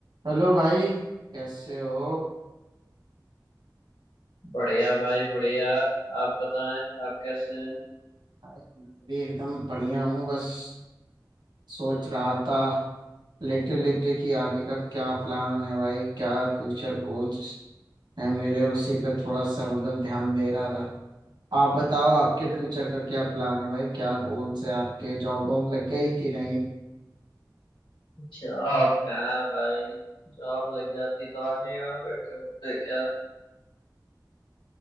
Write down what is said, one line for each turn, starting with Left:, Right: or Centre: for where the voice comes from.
Right: Hello भाई कैसे हो
Left: बढ़िया भाई बढ़िया आप बताएं आप कैसे हैं
Right: भाई मैं भी एकदम बढ़िया हूँ बस सोच रहा था लेटे लेटे कि आगे का क्या प्लान है भाई क्या फ्यूचर गोल्स है मेरे उसी पे थोड़ा सा मतलब ध्यान दे रहा था आप बताओ आपके फ्यूचर का क्या प्लान है भाई क्या गोल्स है आपके जॉब वॉब लग गई कि नहीं
Left: अच्छा आप कहाँ हैं भाई जॉब लग जाती तो आज ही यहाँ बैठे होते क्या